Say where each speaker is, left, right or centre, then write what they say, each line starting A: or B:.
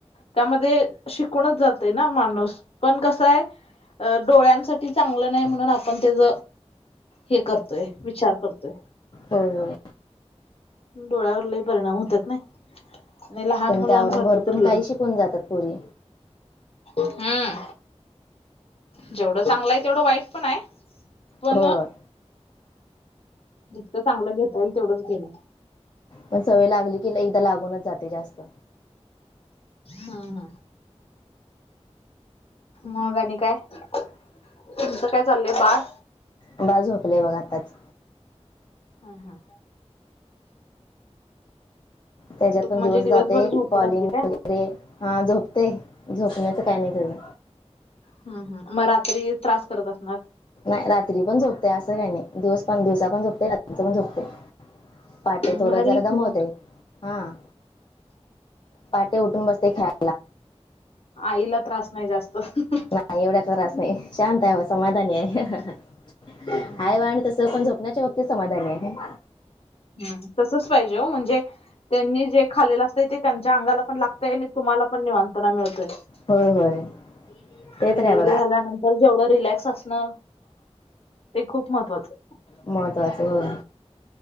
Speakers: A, on the left; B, on the left.
A: त्यामध्ये शिकूणच जातय ना माणूस हा पण कस हाय? अ डोळ्यांसाठी चांगलं नाही, म्हणून आपण तेच हे करतोय, विचार करतोय
B: हो हो.
A: डोळ्यावर लई परिणाम होत्यात नाही. आणि लहान
B: पण
A: मुलांसाठी
B: त्यावरून भरपूर
A: तर लईच
B: काही शिकून जातात पुरी
A: हम्म जेवढं चांगलं हाय, तेवढं वाईट पण हाय पण
B: होय
A: जितकं चांगलं घेता येईल तेवढच घेण
B: पण सवय लागली की लई एकदा लागूनच जाते जास्त
A: हा हा. मग आणि काय? तुमचं काय चाललंय बाळ
B: बाळ झोपलय बघ आताच
A: हा हा.
B: त्याच्यात
A: दुप-
B: पण
A: म्हणजे
B: दिवस
A: दिवसभर
B: जातोय,
A: झोपत
B: कॉलिंग
A: असते काय
B: वगैरे हा झोपतय, झोपण्याचं काय नाही तेज?
A: हा हा मग रात्री त्रास करत असणार
B: नाही रात्री पण झोपतय असं काय नाही, दिवस पण दिवसा पण झोपतय रात्री पण झोपतय पहाटे
A: हं,
B: थोडं
A: भारी
B: जरा
A: आहे की
B: दमवतय
A: मग
B: हा. पहाटे उठून बसतय खेळाय.
A: आईला त्रास नाही जास्त <unintelligible>
B: नाही एवढा त्रास नाही, शांत हाय व समाधानी हाय.
A: हं,
B: हाय वा आणि तसं पण झोपण्याच्या बाबतीत समाधानी हाय.
A: हम् तसच पाहिजे हो म्हणजे त्यांनी जे खालेलं असतंय, ते त्यांच्या अंगाला पण लागतय आणि तुम्हाला पण निवांतना मिळतोय.
B: होय होय ते
A: डिलिव्हरी
B: तर आहे बघा
A: झाल्यानं तर जेवढं रिलॅक्स असणं ते खूप महत्वाचं.
B: महत्वाच होय,